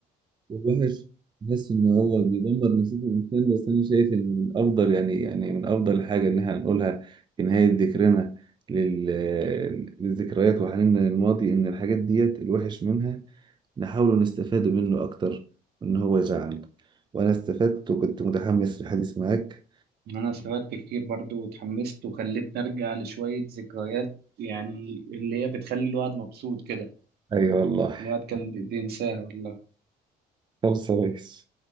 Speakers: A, on the right; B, on the right.
A: والوحش بحس ان هو بيدمر نصيب الانسان بس انا شايف ان من افضل يعني يعني من افضل حاجه ان احنا نقولها في نهايه ذكرنا لل- للذكريات وحنيننا للماضي ان الحاجات ديت الوحش منها نحاول نستفاد منه أكتر إن هو يزعلنا وأنا استفدت وكنت متحمس للحديث معاك
B: انا استفدت كتير برضو واتحمست وخلتني ارجع لشوية ذكريات يعني اللي هي بتخلي الواحد مبسوط كده
A: أي والله
B: الواحد كان بي- بينساها والله
A: خلص يا ريس